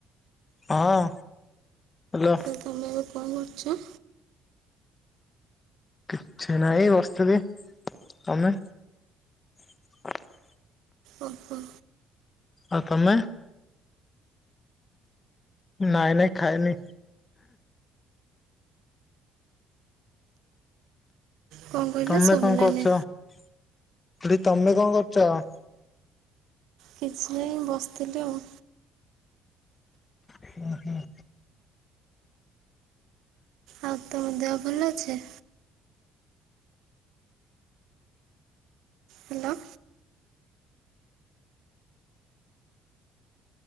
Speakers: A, on the left; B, on the right.
A: ହଁ ହ୍ୟାଲୋ।
B: ତମେ ଏବେ କଣ କରୁଛ?
A: କିଛି ନାହିଁ ବସିଥିଲି ତମେ? ଯ
B: ଓହ।
A: ଆଉ ତମେ? ନାଇଁ ନାଇଁ ଖାଇନି।
B: କଣ କହିଲ
A: ତମେ
B: ଶୁଭିଲାନି?
A: କଣ କରୁଛ ଏଠି ତମେ କଣ କରୁଛ?
B: କିଛି ନାଇଁ ବସିଥିଲି ଆଉ।
A: ହୁଁ ହୁଁ।
B: ଆଉ ତମ ଦେହ ଭଲ ଅଛେ? ହ୍ୟାଲୋ।